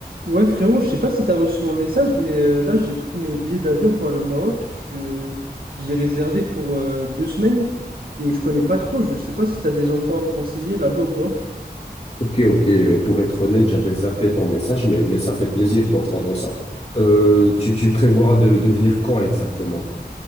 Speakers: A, on the right; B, on the left.
A: Ouais frérot, je sais pas si t'as reçu mon message, mais euh, là j'ai pris mes billets d'avion pour aller au Maroc. Je j'ai réservé pour euh, deux semaines et je connais pas trop. Je sais pas si t'as des endroits à me conseiller là-bas ou quoi.
B: Ok, ok. mais Pour être honnête, j'avais zappé ton message, mais, mais ça fait plaisir d'entendre ça. Euh, tu, tu prévois de, de venir quand exactement?